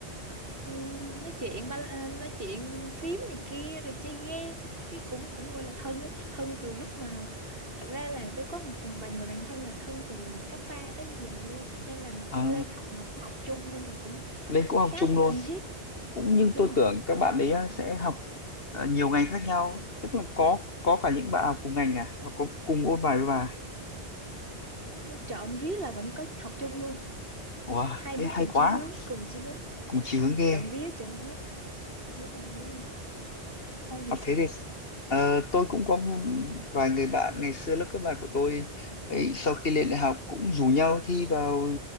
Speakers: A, on the right (about 55°); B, on the left (about 60°).
A: Ừm, nói chuyện ba à, nói chuyện phím này kia rồi chơi game cái cũng cũng gọi là thân ấy thân từ lúc mà thật ra là tôi có một vài người bạn thân là thân từ cấp 3 tới bây giờ luôn nên là
B: À,
A: lên học học học chung nên là cũng
B: lên cũng
A: khá
B: học chung
A: là
B: luôn.
A: thân thiết
B: Cũng nhưng
A: đúng
B: tôi
A: rồi
B: tưởng các bạn ấy á, sẽ học ờ, nhiều ngành khác nhau, tức là có có cả những bạn học cùng ngành à, và có cùng ôn bài với bà.
A: trộm vía là vẫn có học chung luôn
B: Wow,
A: hai
B: thế
A: đứa
B: hay
A: cùng
B: quá,
A: chí hướng cùng chí hướng
B: cùng chí hướng ghê.
A: trộm vía trộm vía đúng rồi đúng rồi Ô
B: học
A: thì sao
B: thế thì ờ, tôi cũng có một vài người bạn ngày xưa lớp cấp ba của tôi ấy sau khi lên đại học cũng rủ nhau thi vào